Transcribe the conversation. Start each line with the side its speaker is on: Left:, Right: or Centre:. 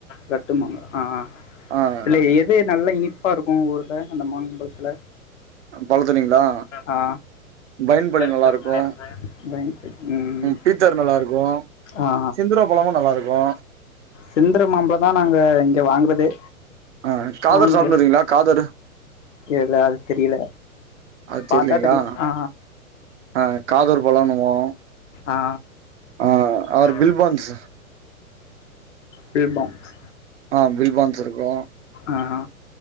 Left: கட்டுனோ ஆ ஆ
Right: ஆ
Left: இதுல எது நல்லா இனிப்பா இருக்கு ஒங்க ஊர்ல அந்த மாங்ம்பழத்துல
Right: பழத்துலீங்களா
Left: ஆ
Right: பைன்பள்ளி
Left: பிளைன்
Right: நல்லா இருக்கு
Left: சேட் ம்
Right: பீத்தர் நல்லா இருக்கு
Left: ஆ
Right: செந்தூரா பழமு நல்லா இருக்கு
Left: சிந்திர மாம்பழ தா நாங்க இங்க வாங்குறதே
Right: ஆ காதர்
Left: ஒங்க
Right: சாப்ட்னுருக்கீங்களா காதர்
Left: எல்ல அது தெரியல
Right: அது
Left: பாத்தா
Right: தெரியலீங்களா?
Left: தெரியு ஆ
Right: ஆ காதர் பழோன்னுவோ.
Left: ஆ
Right: ஆ அவர்
Left: ஆ
Right: பில்பான்ஸ்
Left: பில் பான்ஸ்
Right: ஆ பில் பான்ஸ் இருக்கு
Left: ஆ ஹா